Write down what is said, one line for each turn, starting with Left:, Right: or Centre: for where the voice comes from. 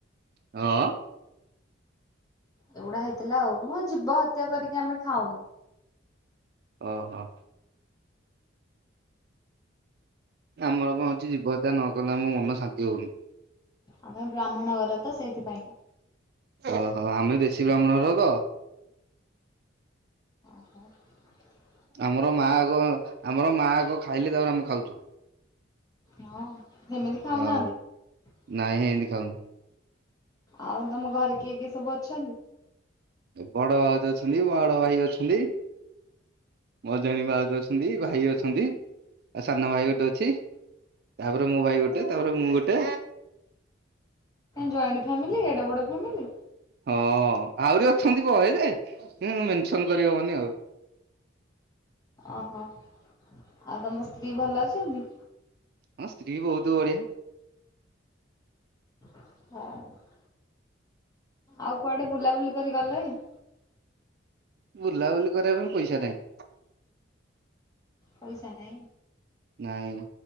Right: ହଁ
Left: ଏଗୁଡା ହେଇଥିଲା ଆଉ ମୋ ଜୀବ ହତ୍ୟା କରିକି ଆମେ ଖାଉନୁ।
Right: ଓହୋ। ଆମର କଣ ଅଛି ଜୀବ ହତ୍ୟା ନ କଲେ ଆମ ମନ ଶାନ୍ତି ହଉନି।
Left: ଆମେ ବ୍ରାହ୍ମଣ ଘରେ ତ ସେଇଥିପାଇଁକା।
Right: ଓହୋ ଆମେ ଦେଶୀ ବ୍ରାହ୍ମଣଘର ତ।
Left: ହଁ
Right: ଆମର ମାଆ ଆଗ ଆମର ମାଆ ଆଗ ଖାଇଲେ ତାପରେ ଆମେ ଖାଉଛୁ
Left: ହଁ ସେମିତି ଖାଉନାହାନ୍ତି
Right: ଅ ନାଇଁ ଏମିତି ଖାଉନୁ
Left: ଆଉ ତମ ଘରେ କିଏ କିଏ ସବୁ ଅଛନ୍ତି?
Right: ବଡ ଭାଉଜ ଅଛନ୍ତି ବଡ ଭାଇ ଅଛନ୍ତି। ମଝିଆଣୀ ଭାଉଜ ଅଛନ୍ତି ଭାଇ ଅଛନ୍ତି ଆଉ ସାନ ଭାଇ ଗୋଟେ ଅଛି। ତାପରେ ମୋ ଭାଇ ଗୋଟେ ତାପରେ ମୁଁ ଗୋଟେ।
Left: ଜଏଣ୍ଟ ଫ୍ୟାମିଲି ଏଡେ ବଡ଼ ଫ୍ୟାମିଲି?
Right: ହଁ ଆହୁରି ଅଛନ୍ତି ବହେ ଯେ ମେନସନ କରିହବନି ଆଉ।
Left: ଓହୋ। ଆଉ ତମ ସ୍ତ୍ରୀ ଭଲ ଅଛନ୍ତି?
Right: ହଁ ସ୍ତ୍ରୀ ବି ବହୁତ ବଢିଆ।
Left: ହଁ। ଆଉ କୁଆଡେ ବୁଲାବୁଲି କରି ଗଲେଣି?
Right: ବୁଲାବୁଲି କରିବା ପାଇଁ ପଇସା ନାହିଁ।
Left: ପଇସା ନାଇ?
Right: ନାଇଁ,